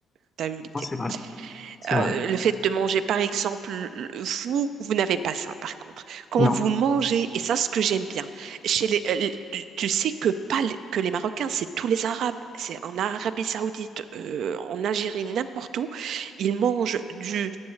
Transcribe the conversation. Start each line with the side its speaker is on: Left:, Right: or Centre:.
Right: tu as eu l'idée,
Left: Non, c'est
Right: quoi.
Left: vrai, c'est
Right: Euh,
Left: vrai.
Right: le fait de manger, par exemple, le- vous, vous n'avez pas ça, par contre. Quand
Left: Non.
Right: vous mangez, et ça, ce que j'aime bien, chez les, euh, les- tu sais que pas les- que les Marocains, c'est tous les Arabes, c'est en Arabie Saoudite, euh, en Algérie, n'importe où, ils mangent du,